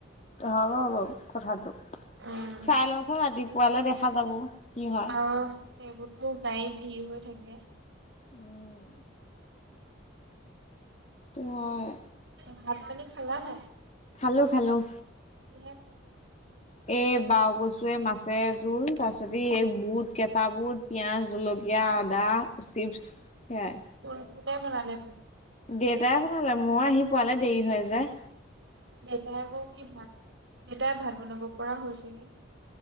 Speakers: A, on the left; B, on the right.
A: হ'ব বাৰু কথাটো চাই
B: উম
A: লওঁচোন ৰাতিপুৱালে দেখা যাব। কি হয়।
B: আহ সেইবোৰত মোৰ গাড়ী ভিৰ হৈ থাকে
A: উম। সেইটো হয়।
B: ভাত পানী খালা নে?
A: খালোঁ খালোঁ!
B: এনে।
A: এ বাও কছুৱে মাছে জোল তাৰ পিছত ই বুট কেঁচা বুট। পিঁয়াজ, জলকীয়া, আদা, চিপছ সেয়াই।
B: কোন কোনে বনালে মানে?
A: দেউতাই বোনালে, মই আহি পোৱালে দেৰি হৈ যায়।
B: দেউতাই আকৌ কি ভাত, দেউতাই ভাত বনাব পৰা হৈছেগে নেকি?